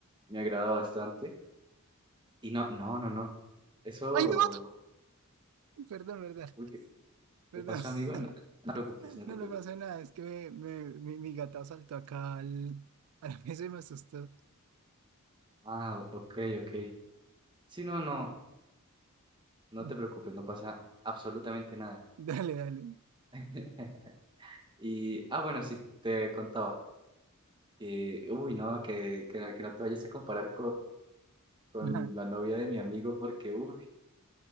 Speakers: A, on the right; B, on the right.
A: me agrada bastante. Y no, no, no, no, eso,
B: ¡Ay, me mato! Perdón, verdad.
A: uy, ¿qué,
B: Perdón.
A: qué pasó, amigo?
B: <laughs>
A: No, no te preocupes, no
B: No,
A: te preocupes.
B: no pasa nada. Es que me- me- mi, mi gata saltó acá al, a la mesa y me asustó.
A: Ah, o- ok, ok. Sí, no, no, no
B: <laughs>
A: te preocupes, no pasa absolutamente nada.
B: Dale, dale.
A: <laughs> Y, ah, bueno, sí, te contaba. Eh, uy, no, que, que, que no te vayas a comparar con
B: Ajá.
A: la novia de mi amigo porque, uy,